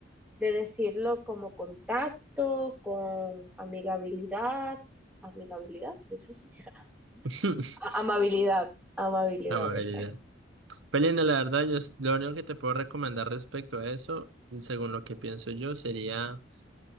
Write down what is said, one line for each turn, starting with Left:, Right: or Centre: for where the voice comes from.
Centre: de decirlo como contacto, con amigabilidad, amigabilidad, se dice así, <laughs>
Right: <laughs>
Centre: A- amabilidad, amabilidad,
Right: Amabilidad.
Centre: exacto.
Right: Pelinda, la verdad, yo s- lo único que te puedo recomendar respecto a eso, según lo que pienso yo, sería